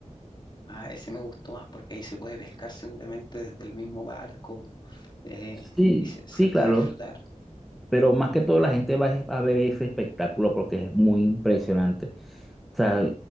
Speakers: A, on the left; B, in the centre.
A: Ah, ese me gustó más porque ahí se puede pescar seguramente desde el mismo barco eh,
B: Sí,
A: y se, se
B: sí,
A: puede
B: claro.
A: disfrutar.
B: Pero más que todo la gente va a ver ese espectáculo porque es muy impresionante. O sea,